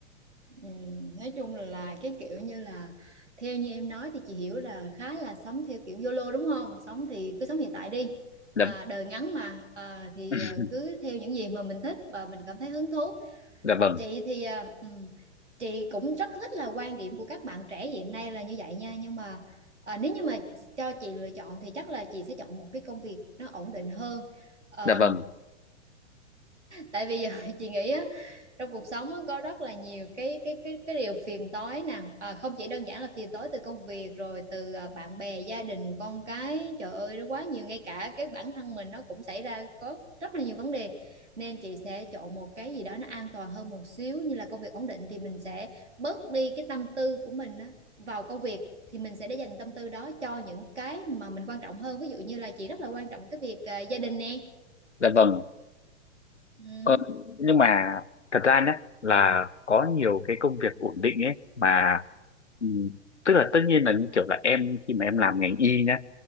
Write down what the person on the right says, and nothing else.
Ừ. Nói chung là cái kiểu như là theo như em nói thì chị hiểu là khá là sống theo kiểu YOLO đúng không? Sống thì cứ sống hiện tại đi. À,
đời ngắn mà à, thì
ờ, cứ theo những gì mà mình thích và mình cảm thấy hứng thú
chị thì à, ừ, chị cũng rất thích là quan điểm của các bạn trẻ hiện nay là như vậy nha nhưng mà à, nếu như mà cho chị lựa chọn thì chắc là chị sẽ chọn một cái công việc nó ổn định hơn Ờ,
tại vì giờ <laughs> chị nghĩ á trong cuộc sống á, có rất là nhiều cái cái cái cái điều phiền toái nè à, không chỉ đơn giản là phiền toái từ công việc rồi từ à, bạn bè gia đình con cái trời ơi nó quá nhiều ngay cả cái bản thân mình nó cũng xảy ra có rất là nhiều vấn đề nên chị sẽ chọn một cái gì đó nó an toàn hơn một xíu như là công việc ổn định thì mình sẽ bớt đi cái tâm tư của mình á, vào công việc thì mình sẽ để dành tâm tư đó cho những cái mà mình quan trọng hơn ví dụ như là chị rất là quan trọng cái việc à, gia đình nè
ừ.